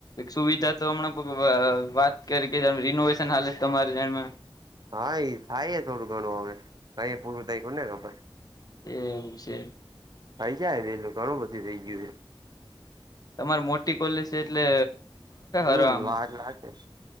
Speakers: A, on the left; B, on the right.
A: સુવિધા તો હમં વાત કરી કે રિનોવેશન હાલે છે તમારેમાં.
B: હા એ થાય છે. થોડું ઘણું હવે ક પૂરું થાયખ ને ખબર.
A: એવું છે
B: થઈ જાય વેલું. ઘણું બધું રઈ ગયું છે.
A: તમારે મોટી કોલેજ છે એટલે.
B: હમ.
A: હરામ
B: વાર લાગે.